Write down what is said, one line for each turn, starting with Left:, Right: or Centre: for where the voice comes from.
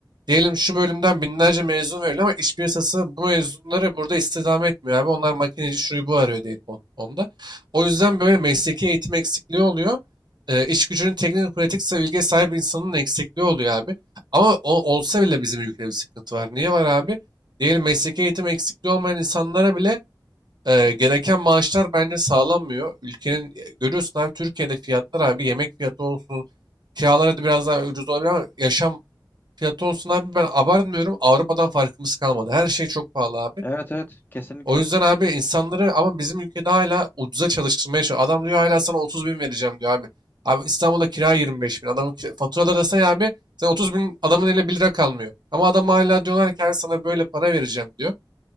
Right: Diyelim şu bölümden binlerce mezun veriliyor ama iş piyasası bu mezunları burada istihdam etmiyor abi. Onlar makineci şuyu bu arıyor diyelim on- onda. O yüzden böyle mesleki eğitim eksikliği oluyor. Ee, iş gücünün teknik pratik bilgiye sahip insanın eksikliği oluyor abi. Ama o, olsa bile bizim ülkede bir sıkıntı var. Niye var abi? Diyelim mesleki eğitim eksikliği olmayan insanlara bile e, gereken maaşlar bence sağlanmıyor. Ülkenin e, görüyorsun abi Türkiye'de fiyatlar abi yemek fiyatı olsun, kiralar hadi biraz daha ucuz olabilir ama yaşam fiyatı olsun abi ben abartmıyorum. Avrupa'dan farkımız kalmadı. Her şey çok pahalı abi.
Left: Evet evet kesinlikle.
Right: O yüzden abi insanları ama bizim ülkede hala ucuza çalıştırmaya çalışıyor. Adam diyor hala sana 30 bin vereceğim diyor abi. Abi İstanbul'da kira 25 bin. Adamın kira- faturaları da say abi. Sen 30 bin adamın eline bir lira kalmıyor. Ama adam hala diyorlar ki abi sana böyle para vereceğim diyor.